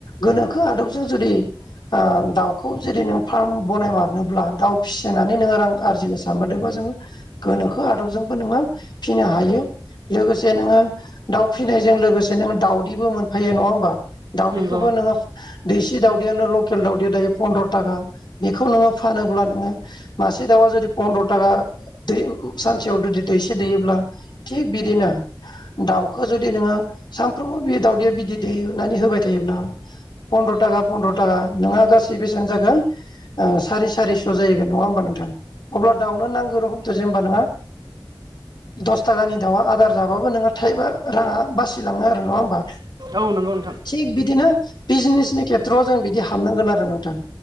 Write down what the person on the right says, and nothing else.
नंगौ
औ नंगौ नोंथां